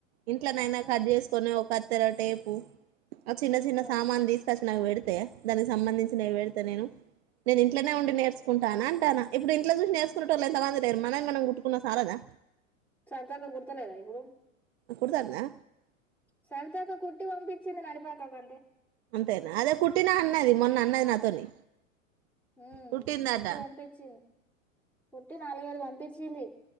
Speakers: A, on the right; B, in the centre.
A: ఇంట్ల నైనా
B: ఉమ్,
A: కట్ చేసుకొని ఒక కత్తెర టేపు ఆ చిన్న చిన్న
B: అవును
A: సామాను తీసుకొచ్చి నాకు పెడితే తెదానికి సంబంధించి నయి పెడితే నేను నేను ఇంట్ల ఇంట్లో ఉండి నేర్చుకుంటా అంటా నంటనఇప్పుడు చూసి నేర్చకునే వాళ్ళ ఎంతంది లేరు మనం మనం గుట్కున్న సాలదా
B: సరదాగా కూడతలేదా ఇప్పుడు
A: కుడుతాన్నా
B: సారితక్క కుట్టి పంపించింది నడిపాకకు అంతే
A: అంతేనా అదే కుట్టిన అన్నది మొన్న అన్నది నాతోని
B: ఉ
A: కుట్టిందట
B: కుట్టి పంపించింది కుట్టి నాలుగైదు పంపించింది